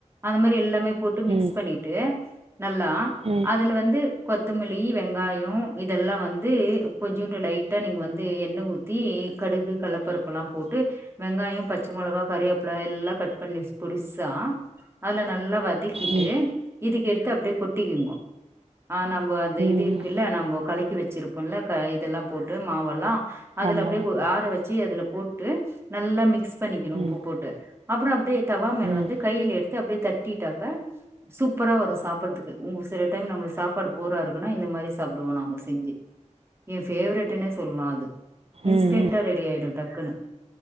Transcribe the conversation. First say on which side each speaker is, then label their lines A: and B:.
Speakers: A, on the right; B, on the right.
A: அந்த மாரி எல்லாமே போட்டு மிக்ஸ்
B: ம்
A: பண்ணிட்டு நல்லா
B: ம்
A: அதுல வந்து கொத்தமல்லி வெங்காயோ இதெல்லா வந்து கொஞ்சூன்டு லைட்டா நீங்க வந்து எண்ண ஊ த்தி கடுகு கள்ளப்பருப்பெல்லா போட்டு வெங்காயோ பச்ச மொளகா கறிவேப்ள எல்லா கட் பண்ணி ஸ் பொடீஸா அதுல நல்லா வதக் கிட்டு
B: ம்
A: இதுக்கு எடுத்து அப்டியே கொட்டிக்கிங்கோ ஆ நம்ம அந்த
B: ம்
A: இது இருக்கில்ல நம்ம கலக்கி வெச்சிருப்போல்ல க இதெல்லா போட்டு மாவெல்லா அதுல
B: ஆமா
A: அப்டியே கொ ஆற வச்சு அதுல போட்டு நல்லா மிக்ஸ் பண்ணிக்கணு
B: ம்
A: உப்பு போட்டு அப்புறோ அப்டியே தவா மேல
B: ம்
A: வந்து
B: ம்
A: கையில எடுத்து அப்டியே தட்டிட்டாக்க சூப்பரா வரு சாப்பிட்றதுக்கு உங்களு சில டைம் நம்ளுக்கு சாப்பாடு போரா இருக்குன்னா இந்த மாரி சாப்டுவோ நாங்க செஞ்சு எ ஃபேவரெட்டுனே சொல்லலா அது இன்ஸ்டன்டா
B: ம் ம்
A: ரெடி ஆயிடு டக்குனு